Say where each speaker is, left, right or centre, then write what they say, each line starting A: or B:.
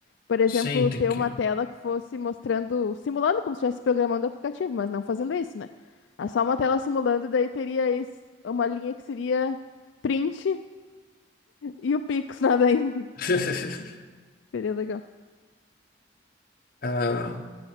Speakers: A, on the left; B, on the left.
A: Por exemplo,
B: Sim, tem
A: ter
B: que.
A: uma tela que fosse mostrando, simulando como se estivesse programando o aplicativo, mas não fazendo isso, né? É só uma tela simulando, daí teria esse- uma linha que seria print e o Pix, nada aí. <laughs>
B: <laughs>
A: Seria legal.
B: Ah,